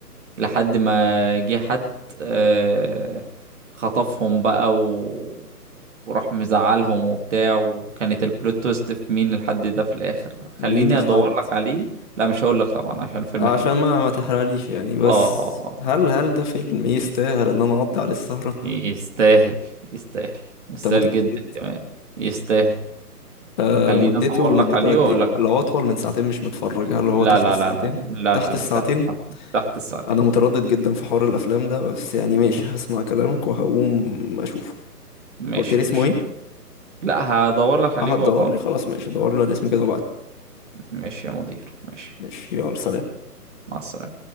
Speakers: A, on the right (about 50°); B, on the left (about 30°).
A: لحد ما جه حد آه، خطفهم بقى و... وراح مزعلهم وبتاع وكانت البلوت تويست في مين الحد ده في الاخر خليني
B: مين الحد
A: ادور لك عليه لا مش هقول لك طبعا عشان الفيلم
B: عشان
A: حلو
B: ما ما تحرقليش يعني بس
A: اه اه آه.
B: هل هل ده فيلم يستاهل ان انا اقضي عليه السهرة
A: يستاهل يستاهل يستاهل
B: انت متأكد
A: جدا كمان يستاهل
B: آه
A: خليني
B: مدته
A: ادور
B: مدته
A: لك عليه
B: قد
A: واقول
B: ايه
A: لك عليه
B: لو اطول من ساعتين مش متفرج هل هو
A: لا
B: تحت
A: لا
B: الساعتين
A: لا لا لا
B: تحت
A: لا لا, لا.
B: الساعتين
A: تحت تحت الساعتين
B: انا متردد جدا في حوار الافلام ده بس يعني ماشي هسمع كلامك وهقوم اشوفه
A: ماشي
B: قلت لي
A: يا
B: اسمه
A: باشا
B: ايه
A: لا هدور لك عليه
B: اه هتدور
A: وبقول
B: لي خلاص
A: لك
B: ماشي دور
A: آه،
B: لي على الاسم
A: آه.
B: كده وبعد
A: ماشي يا مدير ماشي
B: ماشي يلا سلام
A: مع السلامة